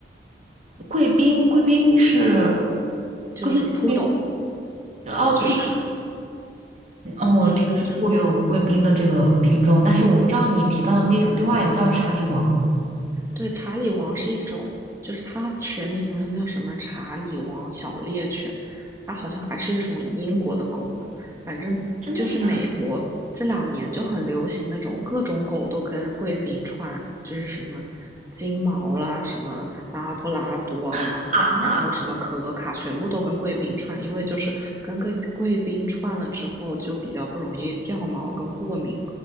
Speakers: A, on the right (about 40°); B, on the right (about 15°).
A: 贵宾贵宾是
B: 就是扑
A: 贵宾是那
B: o
A: 哦扑
B: 就是
A: 哦，我听说过有贵宾的这个品种，
B: 就是就是
A: 但是我不知道你提到的另另外一个叫查理王，
B: 对，查理王是一种，就是它全名好像叫什么查理王小猎犬，它好像还是一种英国的狗呢。反正就是美国这两年就很流行那种各种狗都跟贵宾串，
A: 真的假
B: 就是什么金毛啦，什么拉布拉多啦，
A: 的啊？
B: 然后什么可卡，全部都跟贵宾串，因为就是跟贵贵宾串了之后就比较不容易掉毛跟过敏。